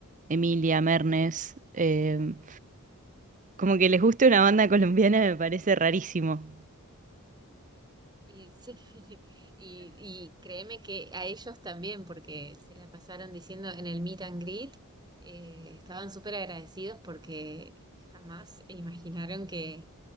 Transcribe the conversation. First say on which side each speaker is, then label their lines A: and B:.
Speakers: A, on the right; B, on the right.
A: Emilia, Mernes. em, como que les guste una banda colombiana
B: Sí.
A: me parece rarísimo.
B: Y sí, <laughs> y, y créeme que a ellos también, porque se la pasaron diciendo en el meet and greet, eh, estaban súper agradecidos porque jamás imaginaron que